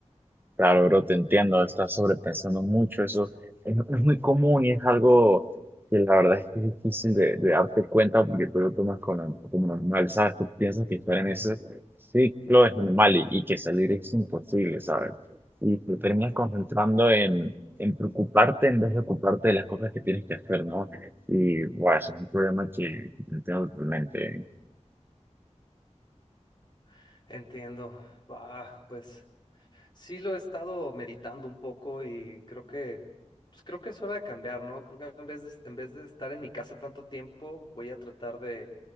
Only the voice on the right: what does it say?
Claro, bro, te entiendo, estás sobrepensando mucho, eso es, es muy común y es algo que la verdad es que es difícil de, de darte cuenta porque tú lo tomas como como normal, ¿sabes? Tú piensas que estar en ese ciclo es normal y, y que salir es imposible, ¿sabes? Y te terminas concentrando en, en preocuparte en vez de ocuparte de las cosas que tienes que hacer, ¿no? Y, bueno, eso es un problema que que entiendo totalmente.